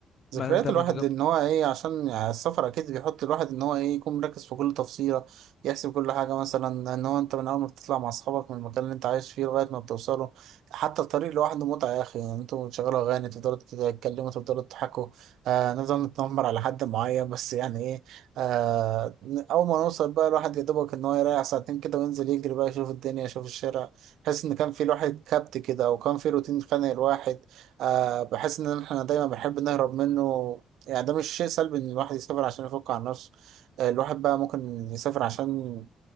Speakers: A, on the left; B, on the right.
A: ما
B: ذكريات
A: انت ما
B: الواحد
A: انت
B: ان هو ايه عشان يعني السفر اكيد بيحط الواحد ان هو ايه يكون مركز في كل تفصيله يحسب كل حاجه مثلا ان هو انت من اول ما بتطلع مع اصحابك من المكان اللي انت عايش فيه لغايه ما بتوصله حتى الطريق لوحده متعه يا اخي يعني انتوا بتشغلوا اغاني تفضلوا تتكلموا تفضلوا تضحكوا آه نفضل نتنمر على حد معين بس يعني ايه آه اول ما نوصل بقى الواحد يا دوبك ان هو يريح ساعتين كده وينزل يجري بقى يشوف الدنيا يشوف الشارع يحس ان كان في الواحد كبت كده او كان في روتين خانق الواحد آه بحس ان احنا دايما بنحب نهرب منه يعني ده مش شيء سلبي ان الواحد يسافر عشان يفك عن نفسه آه الواحد بقى ممكن يسافر عشان